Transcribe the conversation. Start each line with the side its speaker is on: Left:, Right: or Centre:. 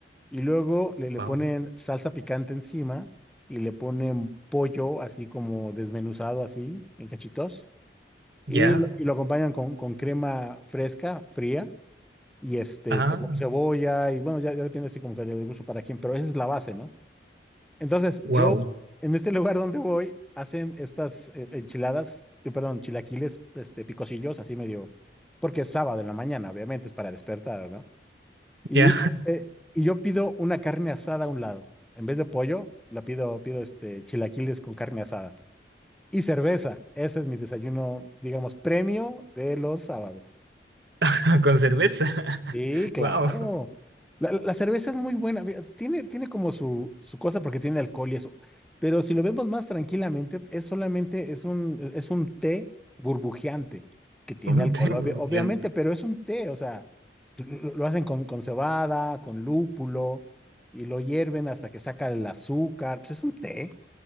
Centre: Y luego le, le
Right: Wow.
Centre: ponen salsa picante encima y le ponen pollo así como desmenuzado así en cachitos
Right: Ya,
Centre: y lo, y lo acompañan con, con crema fresca, fría y este
Right: ah,
Centre: cebo- cebolla y bueno, ya, ya depende así como que del gusto para quién, pero esa es la base, ¿no? Entonces
Right: wow,
Centre: yo en este <laughs> lugar donde voy hacen estas eh, enchiladas, eh, perdón, chilaquiles este, picosillos así medio, porque es sábado en la mañana, obviamente es para despertar, ¿no? Y,
Right: ya,
Centre: eh, y yo pido una carne asada a un lado. En vez de pollo, la pido, pido este chilaquiles con carne asada. Y cerveza. Ese es mi desayuno, digamos, premio de los sábados.
Right: <laughs> con cerveza. <laughs>
Centre: Sí, claro.
Right: Wow,
Centre: La, la cerveza es muy buena. ve, Tiene, tiene como su, su cosa porque tiene alcohol y eso. Pero si lo vemos más tranquilamente, es solamente, es un, es un té burbujeante que tiene
Right: un
Centre: alcohol,
Right: té
Centre: obvia-
Right: burbujeante.
Centre: obviamente, pero es un té, o sea, lo, lo hacen con, con cebada, con lúpulo, y lo hierven hasta que saca el azúcar. Pues es un té.